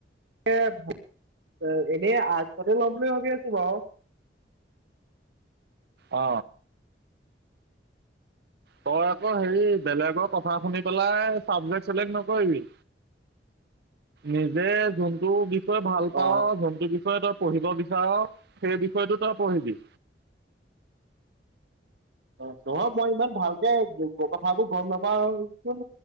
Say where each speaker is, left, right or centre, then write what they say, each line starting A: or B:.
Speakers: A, on the right; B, on the right.
A: এনেই আৰ্টছতে লম বুলি ভাবি আছো বাও
B: অ তই আকৌ হেৰি বেলেগৰ কথা শুনি পেলাই চাবজেক্ট চিলেক্ট নকৰিবি নিজে যোনটো বিষ য়ে ভাল
A: অ
B: পাও যোনটো বিষয়ে তই পঢ়িব বিচাৰ সেই বিষয়টো তই পঢ়িবি
A: অ নহয় মই ইমান ভালকে কথাবোৰ গম নাপাও চোন